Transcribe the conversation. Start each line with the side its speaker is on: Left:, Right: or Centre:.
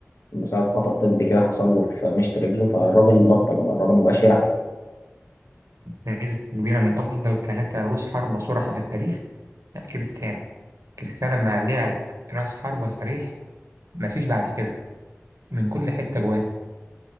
Left: بسبب خطأ طبي كده حصل له في مشط رجله فالراجل بطل الراجل ما بقاش يلعب
Right: نسبة كبيرة من أفضل ثلاثة رؤوس حربة صرحة في التاريخ لا كريستيانو كريستيانو لما لعب راس حربة صريح مفيش بعد كده من كل حتة جوان